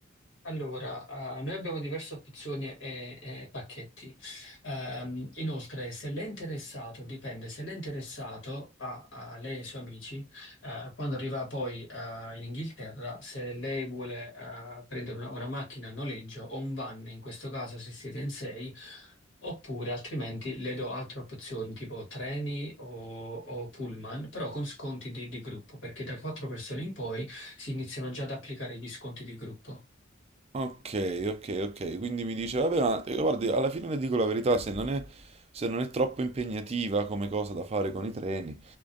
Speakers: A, on the left (about 65°); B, on the right (about 30°).
A: Allora, eh, noi abbiamo diverse opzioni e, e pacchetti. Ehm, inoltre, se lei è interessato, dipende, se lei è interessato a, a lei e i suoi amici, eh, quando arriva poi eh, in Inghilterra, se lei vuole eh, prendere una, una macchina a noleggio o un van, in questo caso se siete in sei, oppure altrimenti le do altre opzioni tipo treni o, o pullman, però con sconti di di gruppo, perché da quattro persone in poi si iniziano già ad applicare gli sconti di gruppo.
B: Ok, ok, ok. Quindi mi dice, vabbè, ma eh, guardi, alla fine le dico la verità, se non è, se non è troppo impegnativa come cosa da fare con i treni,